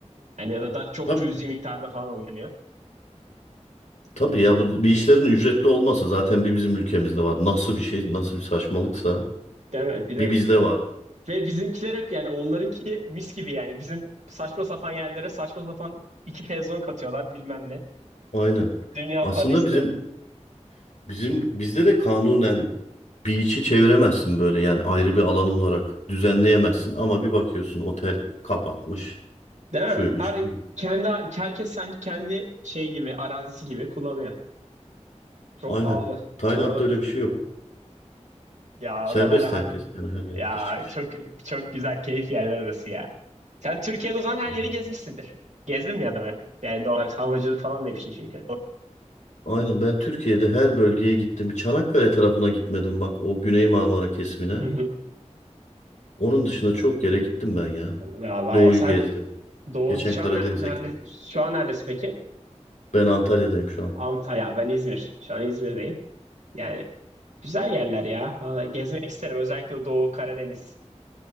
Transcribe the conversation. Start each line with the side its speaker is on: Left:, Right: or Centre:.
Right: Yani ya da, da çok
Left: Tabii
Right: cüzi miktarda falan alınıyor.
Left: Tabii ya bu bir işlerin ücretli olması zaten bir bizim ülkemizde var. Nasıl bir şey, nasıl bir saçmalıksa
Right: Değil mi? Bir de
Left: bir bizde var.
Right: ve bizimkiler hep yani onlarınki mis gibi yani bizim saçma sapan yerlere saçma sapan iki pezon katıyorlar bilmem ne.
Left: Aynen.
Right: Dünya
Left: Aslında
Right: para istiyor.
Left: bizim bizim bizde de kanunen bir içi çeviremezsin böyle yani ayrı bir alan olarak düzenleyemezsin ama bir bakıyorsun otel kapatmış,
Right: Değil
Left: şuymuş,
Right: mi? Her
Left: buymuş.
Right: kendi herkes sanki kendi şey gibi arazisi gibi kullanıyor. Çok
Left: Aynen.
Right: pahalı.
Left: Tayland'da
Right: Sonra
Left: öyle bir şey yok.
Right: ya
Left: Serbest
Right: oralara
Left: herkes
Right: harbi.
Left: yani her yere
Right: Ya
Left: giriş çıkış.
Right: çok çok güzel keyif yerler orası ya. Sen Türkiye'de o zaman her
Left: Hı hı.
Right: yeri gezmişsindir. Gezdin mi ya da be? Yani doğal olarak havacılık falan demişsin çünkü. <laughs>
Left: Aynen ben Türkiye'de her bölgeye gittim. Bir Çanakkale tarafına gitmedim bak o Güney Marmara kesimine.
Right: Hı
Left: Onun dışında çok yere gittim ben ya.
Right: Ya vay,
Left: Doğu'yu
Right: sen
Left: gezdim.
Right: Doğu
Left: Geçen
Right: şu
Left: Karadeniz'e
Right: an ner- nerede
Left: gittik.
Right: şu an neredesin peki?
Left: Ben Antalya'dayım şu an.
Right: Antalya. Ben İzmir. Şu an İzmir'deyim. Yani güzel yerler ya. Vallahi gezmek isterim. Özellikle Doğu Karadeniz.